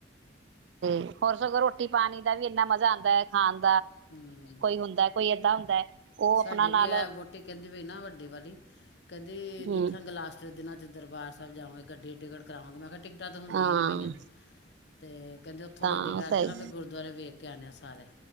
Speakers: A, on the right; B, on the left.
A: ਤੇ ਹੋਰ ਸਗੋਂ ਰੋਟੀ ਪਾਣੀ ਦਾ ਵੀ ਇੰਨਾ ਮਜ਼ਾ ਜਾਂਦਾ ਹੈ ਖਾਣ
B: ਹਮ
A: ਹੁੰਦਾ ਕੋਈ ਏਦਾਂ ਹੁੰਦਾ ਉਹ
B: ਸਾਡੇ
A: ਆਪਣਾ ਨਾਲ
B: ਵੀ ਇਹ ਵਹੁਟੀ ਕਹਿੰਦੀ ਪਈ ਨਾ ਵੱਡੀ ਵਾਲੀ ਕਹਿੰਦੀ
A: ਹਮ
B: ਦੇਖਾਂਗੇ ਲਾਸਟ ਦਿਨਾਂ ਚ ਦਰਬਾਰ ਸਾਹਿਬ ਜਾਵਾਂ ਗੱਡੀ ਟਿਕਟ ਕਰਾਵਾਂਗੇ ਮੈਂ ਕਿਹਾ ਟਿਕਟਾਂ ਤਾਂ ਹੁੰਦੀਆਂ
A: ਹਾਂ
B: ਨਹੀਂ ਪਈਆਂ ਤੇ ਕਹਿੰਦੇ ਉੱਥੋਂ
A: ਤਾਂ
B: ਗੱਡੀ ਕਰ
A: ਸਹੀ
B: ਰ ਕੇ ਨਾ ਫਿਰ ਗੁਰਦੁਆਰੇ ਵੇਖ ਕੇ ਆਉਂਦੇ ਆਾਂ ਸਾਰੇ